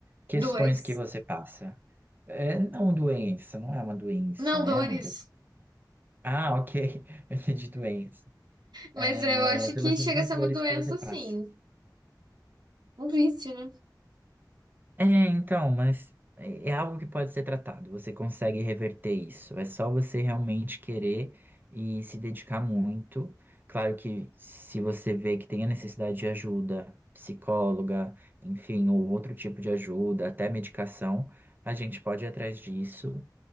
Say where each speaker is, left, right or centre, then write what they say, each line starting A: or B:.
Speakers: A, on the right; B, on the right.
A: questões
B: Dois.
A: que você passa. É não doença, não é uma doença,
B: Não,
A: né,
B: dores.
A: amiga? Ah, ok, <laughs> eu entendi doença
B: Mas eu
A: é,
B: acho
A: pelas
B: que chega
A: mesmas
B: a ser
A: dores
B: uma doença,
A: que você passa.
B: sim. Um vício, né?
A: É, então, mas é é algo que pode ser tratado. Você consegue reverter isso. É só você realmente querer e se dedicar muito. Claro que se você vê que tem a necessidade de ajuda, psicóloga, enfim, ou outro tipo de ajuda, até medicação, a gente pode ir atrás disso